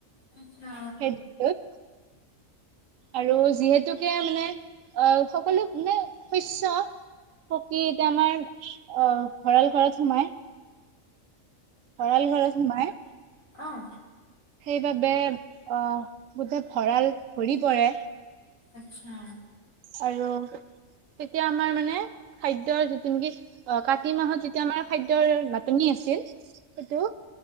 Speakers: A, on the left; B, on the right.
A: আচ্ছা।
B: সেই দিনটোত আৰু যিহেতুকে মানে, অ সকলো মানে শস্য সকী এতিয়া আমাৰ অ ভঁৰাল ঘৰত সোমাই। ভৰাল ঘৰত সোমাই।
A: অঁ।
B: সেইবাবে আহ গোটেই ভঁৰাল ভৰি পৰে।
A: আচ্ছা।
B: আৰু তেতিয়া আমাৰ মানে খাদ্যৰ যিটো নেকি। অ, কাতি মাহত যেতিয়া আমাৰ খাদ্যৰ নাটনি আছিল। সেইটো।